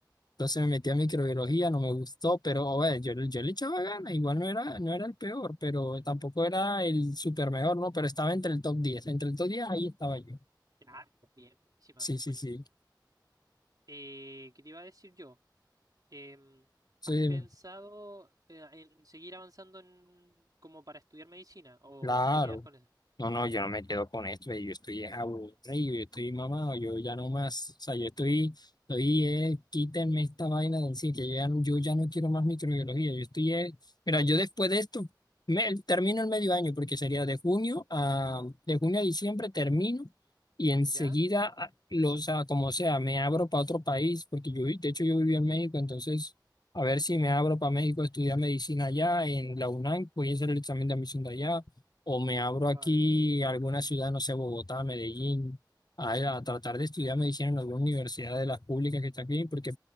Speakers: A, on the left; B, on the right.
A: Entonces me metí a microbiología, no me gustó, pero a ver, yo, yo le echaba ganas, igual no era, no era el peor, pero tampoco era el super mejor, ¿no? Pero estaba entre el top diez entre el top 10 ahí estaba yo.
B: claro, bien, buenísima,
A: Sí, sí,
B: buenísima.
A: sí.
B: Eh, ¿qué te iba a decir yo? Em,
A: Sí,
B: ¿has pensado eh, en seguir avanzando en, como para estudiar medicina o
A: Claro.
B: te quedas con eso?
A: No, no, yo no me quedo con esto, eh, yo estoy es aburrido, yo estoy mamado, yo ya no más, o sea, yo estoy, estoy, eh, quítenme esta vaina de encima, que yo ya, no- yo ya no quiero más microbiología, yo estoy, eh, mira, yo después de esto, me, termino el medio año, porque sería de junio a, de junio a diciembre termino, y enseguida,
B: ¿Ya?
A: a- lo, o sea, como sea, me abro para otro país, porque yo, vi- de hecho, yo viví en México, entonces, a ver si me abro para México a estudiar medicina allá, en la UNAM, voy a hacer el examen de admisión de allá, o me abro aquí
B: Vale,
A: a alguna ciudad, no sé, Bogotá, Medellín, a, a tratar de estudiar medicina en alguna universidad de las públicas que está aquí, porque